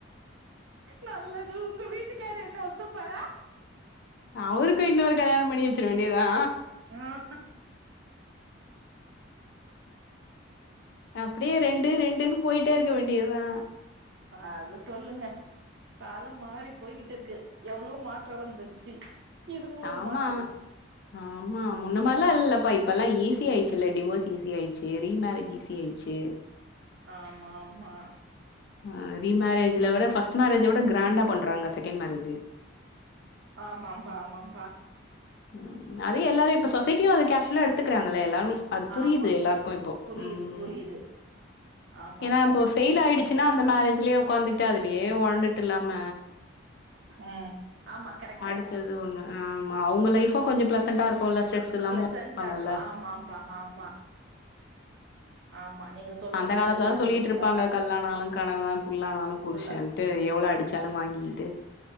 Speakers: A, on the right; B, on the left.
A: நல்லது உங்க வீட்டுக்காரு என்ன ஒத்துப்பாரா
B: அவருக்கும் இன்னொரு கல்யாணோ பண்ணி வச்சிட வேண்டியதா
A: ம்
B: அப்டியே ரெண்டு ரெண்டுன்னு போயிட்டேருக்க வேண்டியதா
A: அத சொல்லுங்க காலம் மாறி போய்கிட்டு இருக்கு எவ்ளோ மாற்றம் வந்துடுச்சு இதுவு ஒரு
B: ஆமா
A: மாற்றம்
B: ஆமா முன்ன மாரில்லாம் இல்லப்பா இப்பல்லாம் ஈஸி ஆயிச்சுல்ல டிவோர்ஸ் ஈஸி ஆயி சி ரீமேரேஜ் ஈசி ஆயிச்சு
A: ஆம் ஆமா
B: அ ரீமரேஜ்ல விட ஃபஸ்ட் மேரேஜ விட கிராண்டா பண்றாங்க செக்கேண் மேரேஜி
A: ஆமாம்ப்பா ஆமாம்ப்பா
B: ம் அதே எல்லாரு இப்ப சொசைட்டியு அத கேஷ்வுல்லா எடுத்துக்குறாங்கல்லே எல்லாரு அது புரியுது
A: ஆமா
B: எல்லாருக்கு இப்போ
A: புரியுது
B: ம்
A: புரியுது ஆமாம்பா
B: ஏனா இப்போ ஃபெயில் ஆயிடுச்சுனா அந்த மேரேஜ்லே ஒக்காந்துக்ட்டு அதுலுயே வாழ்ந்துட் இல்லாம
A: ம் ஆமா கரெக்ட்டு
B: அடுத்தது ஒன்னு ஆமா அவுங்க லைஃபு கொஞ்ச ப்ளசன்ண்டா இருக்குல்ல ஸ்ட்ரெஸ் இல்லாம
A: ப்ளஸ்சண்டா
B: வாங்கல்ல
A: இருக்கு ஆமாம்ப்பா ஆமா ஆமா நீங்க சொல்றது
B: அந்த காலத்லதா
A: சரியான
B: சொல்லிகிட்ருப்பாங்க
A: இதுதாப்பா
B: கல்லானாலு கணவ புல்லானாலு புருஷன்
A: புல்லா
B: டு எவ்ளோ அடிச்சாலு
A: ம்
B: வாங்கிக்கிட்டு